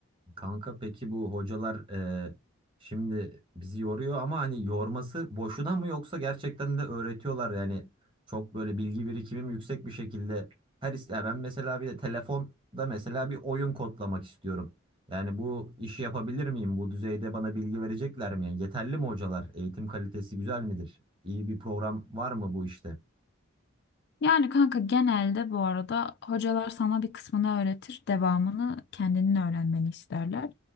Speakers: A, on the right; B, on the left.
A: Kanka peki bu hocalar e, şimdi bizi yoruyor ama hani yorması boşuna mı yoksa gerçekten de öğretiyorlar yani çok böyle bilgi birikimim yüksek bir şekilde her is- ya ben mesela bir de telefonda mesela bir oyun kodlamak istiyorum. Yani bu işi yapabilir miyim? Bu düzeyde bana bilgi verecekler mi? Yani yeterli mi hocalar? Eğitim kalitesi güzel midir? İyi bir program var mı bu işte?
B: Yani kanka genelde bu arada hocalar sana bir kısmını öğretir, devamını kendinin öğrenmeni isterler.